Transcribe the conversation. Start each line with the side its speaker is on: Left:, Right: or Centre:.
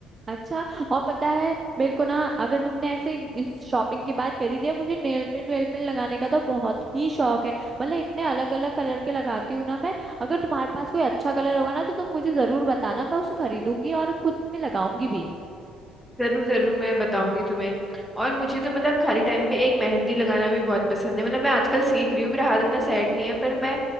Right: अच्छा और पता है मेरे को ना अगर तुमने ऐसे इस शॉपिंग की बात करी थी मुझे नेल पेंट वेल पेंट लगाने का तो बहुत ही शौक है मतलब इतने अलग अलग कलर के लगाती हूँ ना मैं अगर तुम्हारे पास कोई अच्छा कलर होगा ना तो तुम मुझे जरूर बताना मैं उसे खरीदूंगी और खुद पे लगाऊंगी भी
Centre: जरूर जरूर मैं बताऊंगी तुम्हें और मुझे तो मतलब खाली टाइम में एक मेहंदी लगाना भी बहुत पसंद है मतलब मैं आजकल सीख रही हूँ मेरा हाथ इतना सेट नहीं है पर मैं